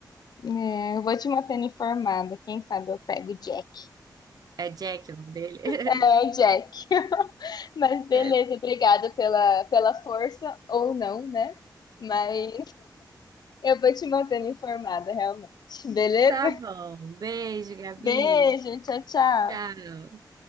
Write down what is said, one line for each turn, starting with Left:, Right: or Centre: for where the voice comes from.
Left: É, eu vou te mantendo informada. Quem sabe eu pego o Jack.
Right: É Jack o nome dele?
Left: É, Jack. <laughs> Mas beleza,
Right: <laughs>
Left: obrigada pela, pela força, ou não, né? Mas eu vou te mantendo informada, realmente. Beleza?
Right: Tá bom. Beijo, Gabi.
Left: Beijo, tchau, tchau.
Right: Tchau.